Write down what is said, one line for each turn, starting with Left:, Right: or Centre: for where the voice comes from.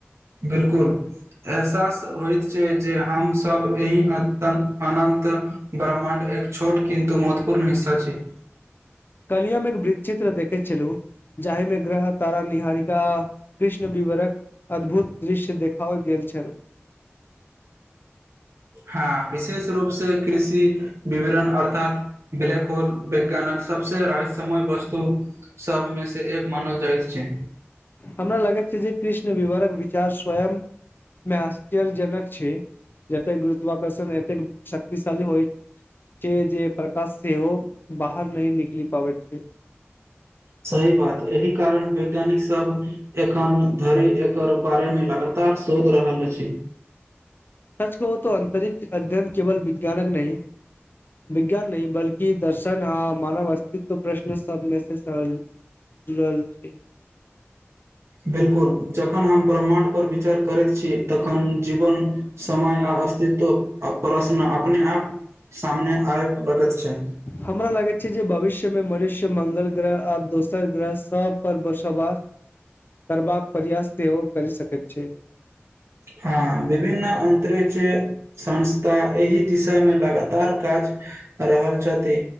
Right: बिल्कुल एहसास होइत छैय जे हम सभ एहि अनन्त ब्रह्माण्ड एक छोट किन्तु महत्वपूर्ण हिस्सा छैय।
Left: कल्हि हम एक वृतचित्र देखै छलु। जाहिमे ग्रह तारा निहारिका कृष्ण विवरक अद्भुत दृश्य देखाओल गेल छल।
Right: हँ विशेष रूप से कृषि विवरण अर्थात ब्लैक होल वैज्ञानक सबसे रहस्यमय वस्तु सभमें से एक मानल जाइत छै।
Left: हमरा लागैत छै जे कृष्ण विवरक विचार स्वयं मे आश्चर्यजनक छै जतेक गुरुत्वाकर्षण एतेक शक्तिशाली होय छैय जे प्रकाश सेहो बाहर नै निकली पाबैत छैय।
Right: सही बात एहि कारण वैज्ञानिक सब एखन धरी एकर बारे में लगातार शोध रहल अछी।
Left: सच कउ त अंतरिक्ष अध्ययन केवल विज्ञानक नहि विज्ञान नहि बल्कि दर्शन आ मानव अस्तित्व प्रश्न सबमे से सहज जुड़ल छै।
Right: बिलकुल। जखन हम ब्रह्माण्ड पर विचार करैत छीयै तखन जीवन, समय आ अस्तित्व आ प्रश्न अपने आप सामने आय लगत छै।
Left: हमरा लागैत छै जे भविष्य में मनुष्य मंगल ग्रह आर दोसर ग्रह सब पर बसोवास करबाक प्रयास सेहो करि सकैत छै।
Right: हँ विभिन्न अंतरिक्ष संस्था एहि दिशा में लगा <unintelligible> काज क रहल छथी